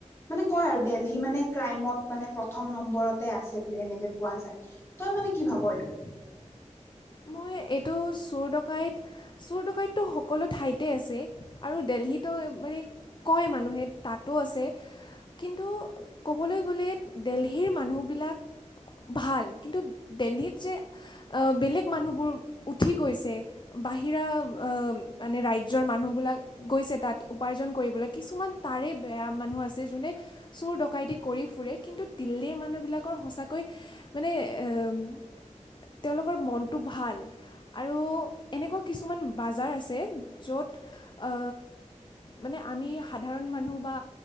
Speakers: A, on the left; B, on the left.
A: মানে কয় আৰু দেলহি মানে ক্ৰাইমত মানে প্ৰথম নম্বৰতে আছে বুলি এনেকে কোৱা যায়। তই মানে কি ভাব এইটো?
B: মই এইটো চোৰ ডকাইত চোৰ ডোকাইতটো সকলো ঠাইতে আছে আৰু দেলহিটো মানে কয় মানুহে তাতো আছে। কিন্তু ক'বলৈ গ'লে দেলহিৰ মানুহবিলাক ভাল কিন্তু দেলহিত যে আ বেলেগ মানুহবোৰ উঠি গৈছে। বাহিৰা আ মানে ৰাজ্যৰ মানুহবিলাক গৈছে, তাত উপাৰ্জন কৰিবলৈ কিছুমান তাৰে বেয়া মানুহ আছে যোনে চোৰ ডকাইতি কৰি ফুৰে কিন্তু দিল্লীৰ মানুহবিলাকৰ সঁচাকৈ মানে এম তেওঁলোকৰ মন টো ভাল আৰু এনেকুৱা কিছুমান বাজাৰ আছে, য'ত আ মানে আমি সাধাৰণ মানুহ বা